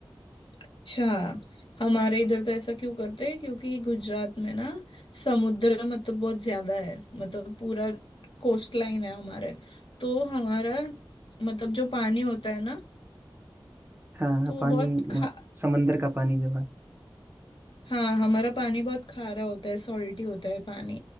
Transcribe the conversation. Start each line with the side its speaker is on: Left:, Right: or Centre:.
Left: अच्छा हमारे इधर तो ऐसा क्यों करते हैं क्योंकि गुजरात में ना समुद्र मतलब बहुत ज्यादा है मतलब पूरा कोस्ट लाइन है हमारे तो हमारा मतलब जो पानी होता है ना
Right: हाँ
Left: तो वो
Right: पानी
Left: बहुत
Right: म-
Left: खा
Right: समंदर का पानी जो है
Left: हाँ हमारा पानी बहुत खारा होता है सॉल्टी होता है पानी